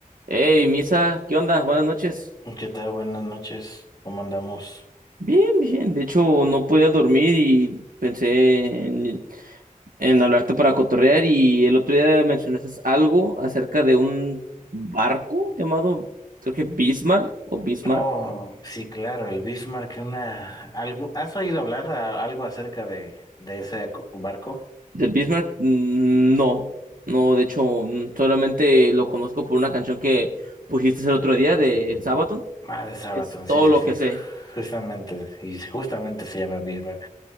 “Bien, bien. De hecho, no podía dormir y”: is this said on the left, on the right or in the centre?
Right